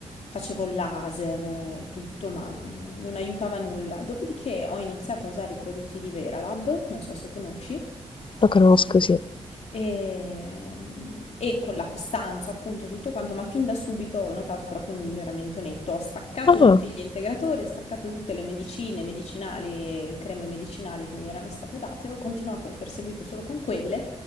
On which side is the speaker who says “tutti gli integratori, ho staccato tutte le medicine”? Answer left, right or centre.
Left